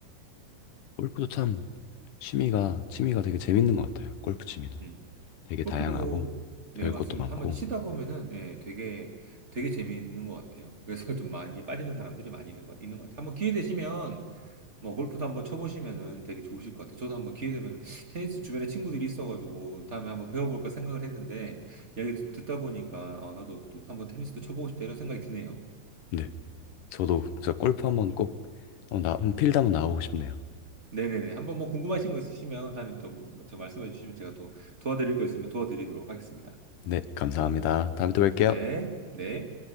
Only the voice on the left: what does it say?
골프도 참 취미가 취미가 되게 재밌는 것 같아요. 골프 취미도
되게
다양하고
배울
것도 많고.
네. 저도 진짜
골프 한번 꼭, 어, 나, 필드 한번 나오고 싶네요.
네, 감사합니다. 다음에 또 뵐게요.